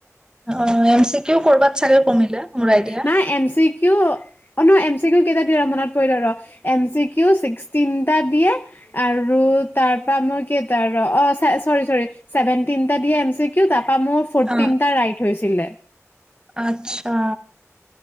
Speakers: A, on the right; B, on the left.
A: অ এম চি কিও কৰবাত চাগে, কমিলে মোৰ আইডিয়া
B: নাই এম চি, কীউ ন এম চি কিউ কেইটা দিয়ে ৰ মনত পৰিল ৰ এম চি কিউ ছিক্সটিনটা দিয়ে আৰু তাৰ পৰা মোৰ কি এটা ৰ অ চৰি চৰি ছেভেনটিনটা দিয়ে এম চি কিউ ত- বা মোৰ ফৰ্টিনটা
A: অ
B: ৰাইট হৈছিলে।
A: আচ্ছা।